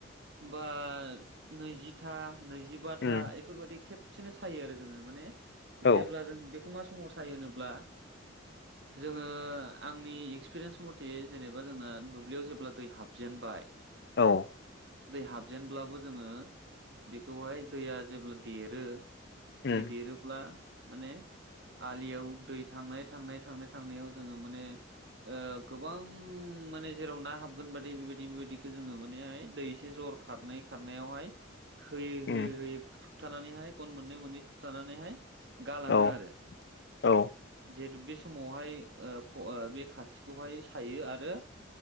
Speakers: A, on the right (about 60°); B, on the left (about 55°).
A: बा नैजिथा नैजिबाथा
B: उम
A: एबा बेफोरबादि खेबसेनो सायो आरो जोङो माने
B: औ
A: जेब्ला जों बे खौ मा समावसायो होमब्ला जोङो आंनि एक्सपेरियेन्स मथे जेनोबा जोंना दुब्लिआव जेब्ला दै हाबजेनबाय
B: औ
A: दै हाबजेनब्लाबो जोङो बेखौहाय दैआ जेब्ला देरो
B: उम
A: दै देरोब्ला माने आलिआव दै थांनाय थांनाय थांनाय थांनाआव जोङो माने ओ गोबां माने जेराव ना हाबगोन बादि बेबायदि बेबायदिखौ जोङो माने दै एसे जर खारनाय खारनायावहाय होयै
B: उम
A: होयै होयै थानानैहाय गन मोननै मोननै थुबथानानैहाय गालाङो
B: औ
A: आरो
B: औ
A: जेहिथु बे समावहाय ओ ख' बे खाथिखौहाय सायो आरो